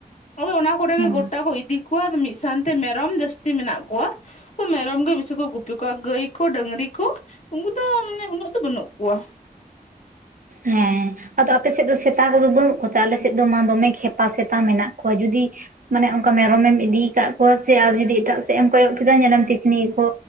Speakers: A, on the left; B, on the right.
A: ᱟᱫᱚ ᱚᱱᱟ ᱠᱚᱨᱮ
B: ᱦᱩᱸ
A: ᱜᱮ ᱜᱚᱴᱟ ᱠᱚ ᱤᱫᱤ ᱠᱚᱣᱟ ᱢᱤᱫ ᱥᱟᱶᱛᱮ ᱢᱮᱨᱚᱢ ᱡᱟᱹᱥᱛᱤ ᱢᱮᱱᱟᱜ ᱠᱚᱣᱟ᱾ ᱢᱮᱨᱚᱢ ᱜᱮ ᱵᱮᱥᱤ ᱠᱚ ᱜᱩᱯᱤ ᱠᱚᱣᱟ ᱜᱟᱹᱭ ᱠᱚ ᱰᱟᱹᱝᱨᱤ ᱠᱚᱼᱼ ᱩᱱᱠᱩ ᱫᱚ ᱢᱟᱱᱮ ᱩᱱᱟᱹᱜ ᱫᱚ ᱵᱟᱹᱱᱩᱜ ᱠᱚᱣᱟᱼᱼ
B: ᱦᱮᱸ᱾ ᱟᱫᱚ ᱟᱯᱮ ᱥᱮᱫ ᱫᱚ ᱥᱮᱛᱟ ᱠᱚᱫᱚ ᱵᱟᱹᱱᱩᱜ ᱠᱚᱛᱮ ᱟᱞᱮ ᱥᱮᱫ ᱫᱚ ᱢᱟ ᱫᱚᱢᱮ ᱠᱷᱮᱯᱟ ᱥᱮᱛᱟ ᱢᱮᱱᱟᱜ ᱠᱚᱣᱟ ᱡᱩᱫᱤᱼᱼ ᱢᱟᱱᱮ ᱚᱱᱠᱟ ᱢᱮᱨᱚᱢᱮᱢ ᱤᱫᱤᱭᱠᱟᱫ ᱠᱚᱣᱟ ᱥᱮ ᱟᱨ ᱡᱩᱫᱤ ᱮᱴᱟᱜ ᱥᱮᱫ ᱮᱢ ᱠᱚᱭᱚᱜ ᱠᱮᱫᱟ ᱧᱮᱞᱟᱢ ᱛᱤᱠᱷᱱᱤ ᱜᱮ ᱠᱚ